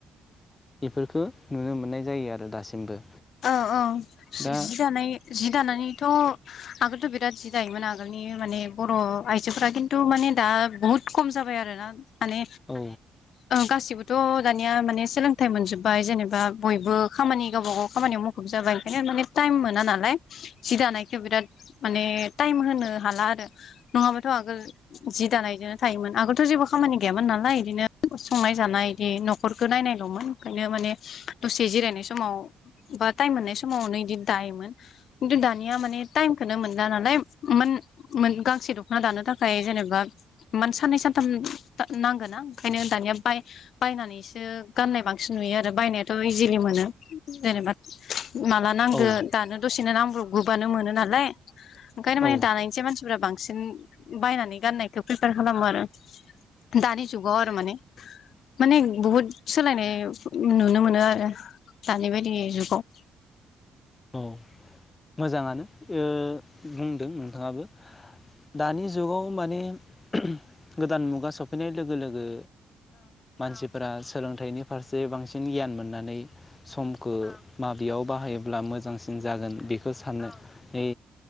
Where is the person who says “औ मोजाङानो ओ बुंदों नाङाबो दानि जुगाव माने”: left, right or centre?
Left